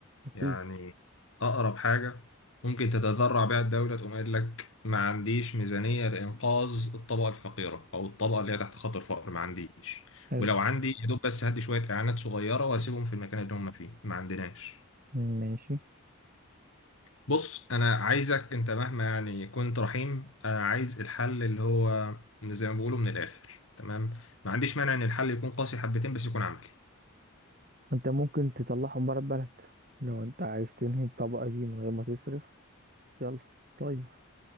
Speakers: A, on the right (about 40°); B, on the left (about 65°).
A: اكيد
B: يعني اقرب حاجه ممكن تتذرع بيها الدوله تقوم قايل لك ما عنديش ميزانيه لانقاذ الطبقه الفقيره او الطبقه اللي هي تحت خط الفقر ما عنديش
A: حلو
B: ولو عندي يا دوب بس هدي شويه اعانات صغيره واسيبهم في المكان اللي هم فيه ما عندناش
A: ماشي
B: بص انا عايزك انت مهما يعني كنت رحيم انا عايز الحل اللي هو من- زي ما بيقولوا من الاخر تمام ما عنديش مانع ان الحل يكون قاسي حبتين بس يكون عملي
A: انت ممكن تطلعهم بره البلد لو انت عايز تنهي الطبقة دي من غير ما تصرف يلا طير